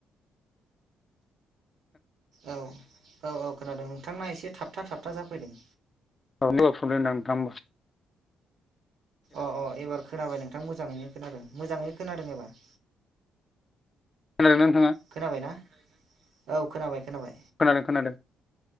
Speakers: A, on the right; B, on the left.
A: औ औ औ खोनादों नोंथांना एसे थाबथा थाबथा जाफैदों
B: औ <unintelligible>
A: अ अ एबार खोनाबाय नोंथां मोजाङैनो खोनादों मोजाङैनो खोनादों एबार
B: <unintelligible>
A: खोनाबायना औ खोनाबाय खोनाबाय
B: खोनादों खोनादों